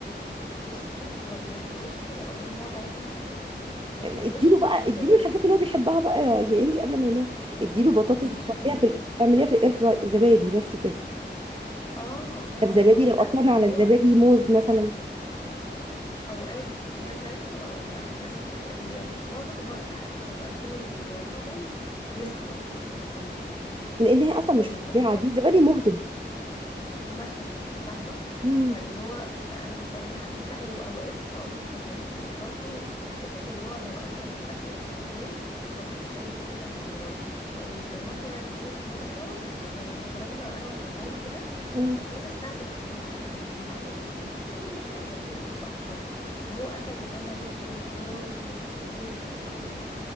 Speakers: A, on the left; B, on the right.
A: بصي ما بيرضاش يعني اولا هو تعبني في الاكل فما
B: اديله
A: بيرضاش ياكل
B: بقى
A: غير زبادي
B: اديله الحاجات اللي هو بيحبها بقى يا يا انجي قبل ما ينام اديله بطاطس
A: ما
B: بتعمليها
A: فيش غير زبادي
B: في ال- اعمليها في الاير فراي زبادي بس كده
A: اه اه
B: طب زبادي
A: اه
B: لو قطعنا
A: لا
B: على
A: هو
B: الزبادي موز مثلا
A: اوقات بيرضى ياكله اوقات لا بس ال- يعني معظم الوقت حتى لما باكله زبادي وعليها موز بيصحى برضه ما بيكملش نوم
B: لان هي اصلا
A: يعني
B: مش مشبعه
A: المفروض
B: دي الزبادي مهضم
A: مثلا فاهمة
B: مم.
A: فاللي هو انا مش لاقي له حل لا واوقات هقول لك حاجة يعني برضو حتة اللي هو لو اكل وتقل اللي هينام ما بحسهاش بتحصل مع مراد لان مثلا ايه مرة خ- آه، خرجنا انا وباباه وكده
B: مم.
A: ورجعنا الساعة تسعة عشرة بالليل حاجة كده المهم ان احنا اتغدينا متأخر وهو اكل معانا رز وخضار وكوكو ومش عارفة ايه وكده